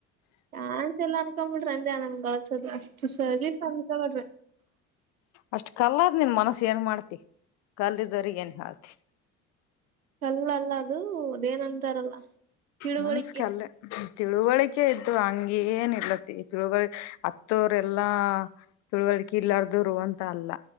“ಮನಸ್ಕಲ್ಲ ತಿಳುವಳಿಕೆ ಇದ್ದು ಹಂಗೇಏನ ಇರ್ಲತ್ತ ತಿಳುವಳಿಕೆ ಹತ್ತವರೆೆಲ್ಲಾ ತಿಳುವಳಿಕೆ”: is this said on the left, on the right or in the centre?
Left